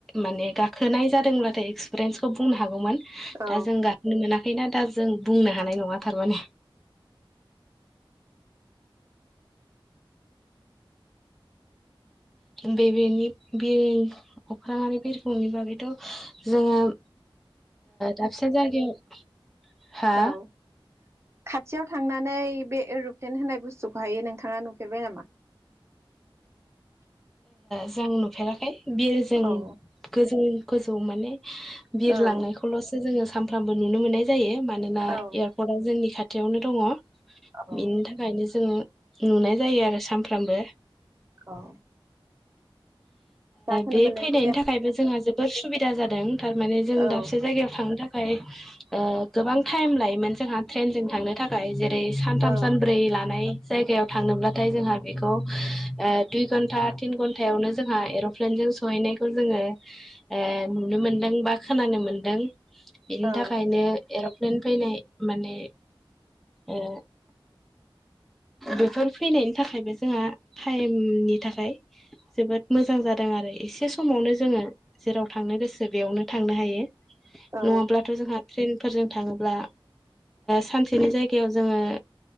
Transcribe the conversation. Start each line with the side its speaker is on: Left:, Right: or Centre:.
Centre: माने खोनाय जादोंब्लाथाय एक्सपिरियेन्सखौ बुंनो हागौमोन
Right: औ
Centre: दा जों गाखोनो मोना खैना दा जों बुंनो हानाय नङा थारमाने
Right: <inaudible>
Centre: बे बेनि बे अखांरि बिरखंनि बागैथ' जोङो ओ दाबसे जायगायाव हा
Right: औ खाथियाव थांनानै बे एर'प्लेन होननाय बुस्थुखौहायो नोंथाङा नुफेरबाय नामा?
Centre: मोजां नुफेराखै बियो जों
Right: औ
Centre: गोजौ गोजौ माने बिर
Right: औ
Centre: लांनायखौल'सो जोङो सानफ्रामबो नुनो मोननाय जायो मानोना
Right: औ
Centre: एयारपर्टआ जोंनि खाथियावनो दङ'
Right: औ
Centre: बेनि थाखायनो जोंङ नुनाय जायो आरो सानफ्रामबो
Right: औ गाखोनो
Centre: बे
Right: मोननाय
Centre: फैनायनि
Right: जाया
Centre: थाखायबो जोंहा जोबोर सुबिदा जादों थारमान जों
Right: औ
Centre: दाबसे जायगायाव थांनो थाखाय गोबां टाइम लायोमोन जोंहा ट्रेनजों थांनो थाखाय जेरै ओरै सानथाम
Right: औ
Centre: सानब्रै लानाय जायगायाव थांनोब्लाथाय जोंहा बेखौ दुइ घन्टा थिन घन्टायावनो जोंहा एर'प्लेनजों सहैनायखौ जोङो ओ नुनो मोनदों बा खोनानो मोनदों बेनि
Right: औ
Centre: थाखायनो ए फैनाय माने ओ बेफोर फैनायनि थाखायबो जोंहा टाइमनि थाखाय जोबोद मोजां जादों आरो एसे समावनो जोङो जेराव थां थांनो गोसो बेयावनो थांनो हायो
Right: औ
Centre: नङाब्लाथ' जोंहा ट्रेनफोरजों थाङोब्ला सानसेनि जायगायाव जोङो